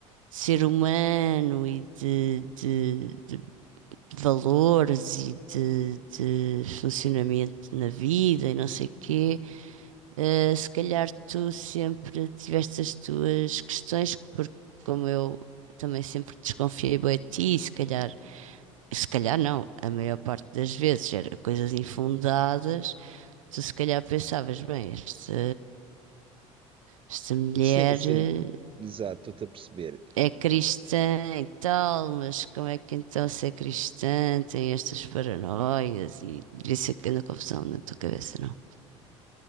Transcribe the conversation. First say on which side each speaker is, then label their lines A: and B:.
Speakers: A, on the right (about 80°); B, on the right (about 30°).
A: ser humano e de, de valores e de, de funcionamento na vida e não sei o quê, eh, se calhar tu sempre tiveste as tuas questões, porque como eu também sempre desconfiei bem de ti, e se calhar, se calhar não, a maior parte das vezes era coisas infundadas, tu se calhar pensavas, bem, esta, esta mulher.
B: Sim, sim,
A: eh,
B: exato, estou-te a perceber.
A: é cristã e tal, mas como é que então se é cristã tem estas paranoias e isso aqui na confusão na tua cabeça, não?